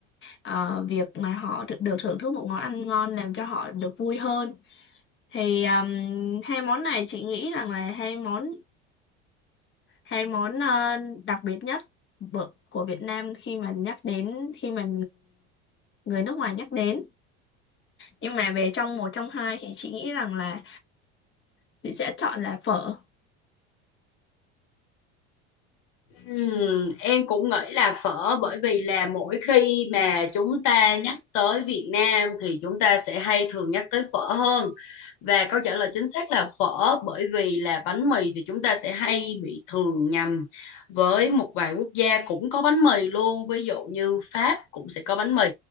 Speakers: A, on the left; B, on the left.
A: ờ, việc mà họ được, được thưởng thức một món ăn ngon làm cho họ được vui hơn thì um, hai món này chị nghĩ rằng là hai món hai món ờ, đặc biệt nhất bở- của Việt Nam khi mà nhắc đến khi mà người nước ngoài nhắc đến nhưng mà về trong một trong hai thì chị nghĩ rằng là chị sẽ chọn là phở
B: Ừm, em cũng nghĩ là phở bởi vì là mỗi khi mà chúng ta nhắc tới Việt Nam thì chúng ta sẽ hay thường nhắc tới phở hơn và câu trả lời chính xác là phở bởi vì là bánh mì thì chúng ta sẽ hay bị thường nhầm với một vài quốc gia cũng có bánh mì luôn ví dụ như Pháp cũng sẽ có bánh mì